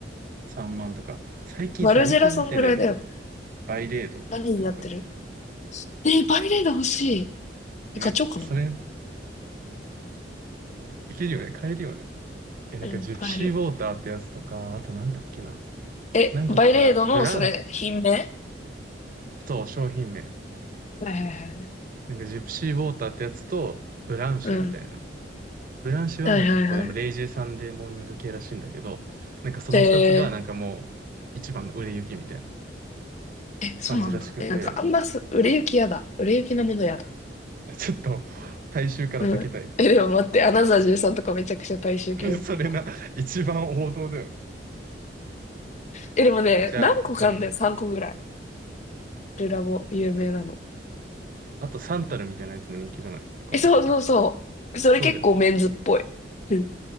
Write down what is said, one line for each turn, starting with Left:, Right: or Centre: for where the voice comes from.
Right: 3万とか。最近さ、
Left: マルジェラそんぐらいだよね。
Right: あれ気になってんだよね。バイレードってわかる
Left: 何になってるえー、バイレード欲しい。
Right: ね、
Left: え、買っちゃおうかな。
Right: それ、ね、いけるよね、買えるよね。え、なんかジプシーウォーターってやつとか、
Left: うん、買える。
Right: あとなんだっけな。
Left: え、
Right: 何個かさ、
Left: バイレードの、
Right: ブラン、
Left: それ、品名
Right: そう、商品名。
Left: はいはいはい。
Right: なんかジプシーウォーターってやつと、ブランシュみたいな。
Left: うん。
Right: ブランシュはなんか結構でもレイジーサンデーモーニング系らしいんだけど、
Left: はいはいはい。
Right: なんかその2つがなんかもう一番の売れ行きみたいな
Left: えーえ、そうなんだ。
Right: 感じらしくて、
Left: えなんかあんます、売れ行きやだ。売れ行きのものやだ。
Right: ちょっと大衆から避けたい。
Left: うん。え、でも待って、アナザー13とかめちゃくちゃ大衆系だったわ。
Right: <laughs> それな、一番王道だよね。
Left: え、でもね、
Right: じゃあ、
Left: 何個かあんだよ、
Right: うん。
Left: 3個ぐらい。ルラボ、有名なの。
Right: あとサンタルみたいなやつも人気じゃないわかんないけど。
Left: え、そうそうそう。それ結構メンズっぽい。
Right: そうだよね。
Left: うん。